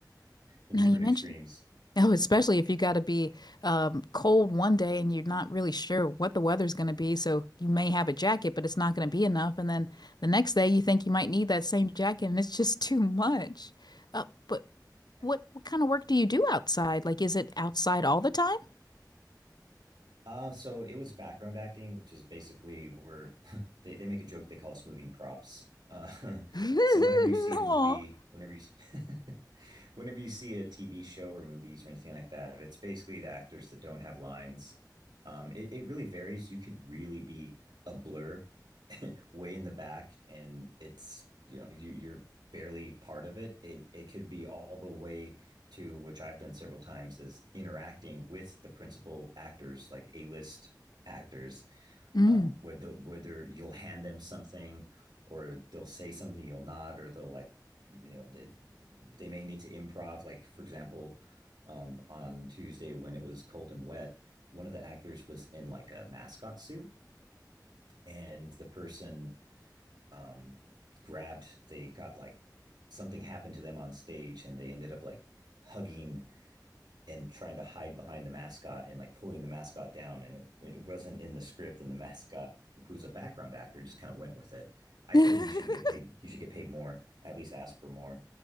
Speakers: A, on the right; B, on the left.
A: in
B: Now
A: different
B: you mentioned.
A: extremes.
B: <laughs> Oh, especially if you got to be um, cold one day and you're not really sure what the weather's going to be. So you may have a jacket, but it's not going to be enough. And then the next day you think you might need that same jacket and it's just <laughs> too much. Uh, but
A: Yeah.
B: what what kind of work do you do outside? Like, is it outside all the time?
A: Uh, so it was background acting, which is basically where <laughs> they, they make a joke they call us moving props. Uh,
B: <laughs>
A: <laughs> so whenever you see
B: No.
A: a movie, whenever you <laughs> whenever you see a TV show or movies or anything like that, it's basically the actors that don't have lines. Um, it, it really varies. You could really be a blur way in the back and it's you know you you're barely part of it. It it could be all the way to which I've done several times is interacting with the principal actors, like A list actors,
B: Mm.
A: um, whether whether you'll hand them something or they'll say something you'll nod or they'll like you know they, they may need to improv like for example um, on tuesday when it was cold and wet one of the actors was in like a mascot suit and the person um, grabbed. They got like something happened to them on stage, and they ended up like hugging and trying to hide behind the mascot and like pulling the mascot down. And it, it wasn't in the script, and the mascot, who's a background actor, just kind of went with it. I
B: <laughs>
A: told him he should get paid. He should get paid more. At least ask for more.